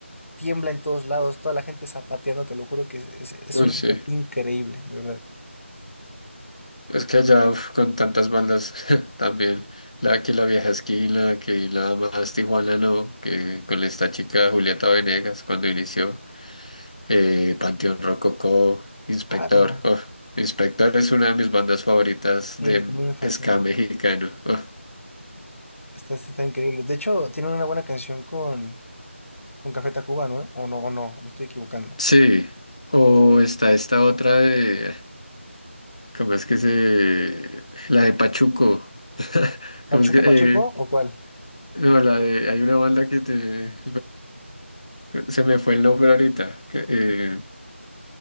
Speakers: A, on the left (about 80°); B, on the left (about 30°).
A: tiembla en todos lados, toda la gente zapateando, te lo juro que es, es, es
B: uy,
A: un
B: sí.
A: ambiente increíble, de verdad.
B: Es que allá, uf, con tantas bandas <laughs> también, la que la vieja esquina, que nada más Tijuana no, que con esta chica Julieta Venegas cuando inició, eh, Panteón Rococó, Inspector,
A: Claro,
B: uf, Inspector es una de mis bandas favoritas
A: sí,
B: de
A: también me fascina.
B: ska mexicano. uf.
A: Está, está increíble. De hecho, tiene una buena canción con, con Café Tacuba, ¿no? O no, o no, me estoy equivocando.
B: Sí, o está esta otra de, ¿cómo es que se? La de Pachuco. <laughs>
A: ¿Pachuco
B: ¿Cómo es que?
A: Pacheco
B: eh,
A: o cuál?
B: no, la de, hay una banda que te, Se me fue el nombre ahorita. que, eh,